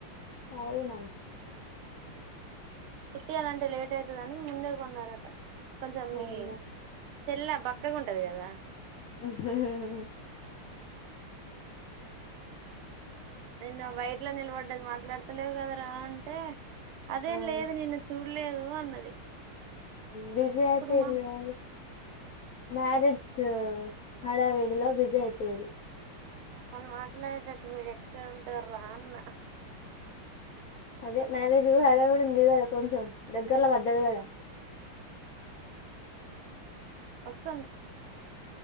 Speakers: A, on the left; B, on the right.
A: అవునా
B: మ్మ్ పుట్టియాలంటే లేట్ అయితాదని ముందే కొన్నారట కొంచెం
A: అవునా
B: మీ చెల్ల బక్కగా ఉంటది కదా
A: <unintelligible>
B: నిన్న వైట్ ఇట్లా నిలబడ్డది మాట్లాడతలేదు కద రా అంటే అదేం
A: అవును
B: లేదు నిన్ను చూ లేదు అన్నది
A: బిజీ
B: ఇప్పుడు
A: అయితె
B: మా
A: ఏంలెవ్యలె మ్యారేజ్ హడా విడిలో బిజీ అయిపోయారు
B: మొన్న మాట్లాడేటట్టు మీరు ఎక్కడ ఉంటార్రా అన్న
A: అదే మ్యారేజ్ హడావిడున్నది కదా కొంచెం దగ్గర్లో వడ్దది కదా
B: వస్తును